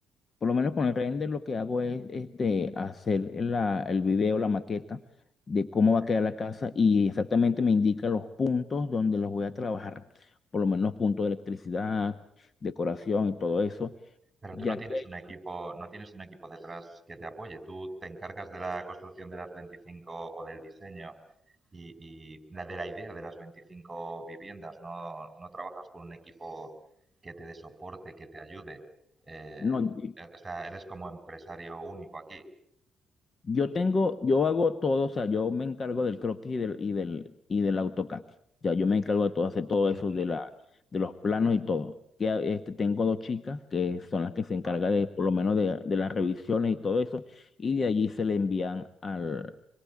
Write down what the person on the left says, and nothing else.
Por lo menos con el render lo que hago es este, hacer la- el video, la maqueta de cómo
va a quedar la casa y exactamente me indica los puntos donde los voy a trabajar. Por lo menos puntos de electricidad, decoración y todo eso.
Ya
que,
no,
Yo tengo, yo hago todo, o sea, yo me encargo del croquis y del, y del, y del AutoCAD. Ya, yo me encargo de todo, hacer todo eso
de la, de los planos y todo. Que, a- este, tengo dos chicas que son las que se encargan
de, por lo menos, de, de las revisiones y todo eso. Y de allí se le envían al,